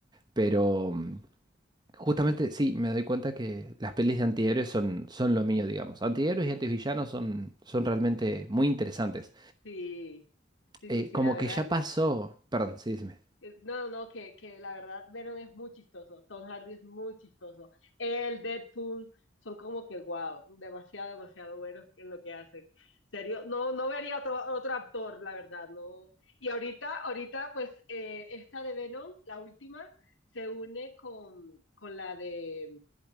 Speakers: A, on the right; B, on the left.
A: Pero mm, justamente sí, me doy cuenta que las pelis de antihéroes son, son lo mío, digamos. Antihéroes y antivillanos son, son realmente muy interesantes.
B: Sí, sí,
A: Eh,
B: sí, sí,
A: como
B: la verdad
A: que ya pasó. Perdón, sí, dime.
B: Eh, No, no, no, que, que la verdad Venom es muy chistoso, Tom Hardy es muy chistoso, el Deadpool son como que guau, demasiado, demasiado buenos en lo que hacen. Serio, no, no vería otro, otro actor, la verdad, no. Y ahorita, ahorita, pues eh, esta de Venom, la última, se une con, con la de,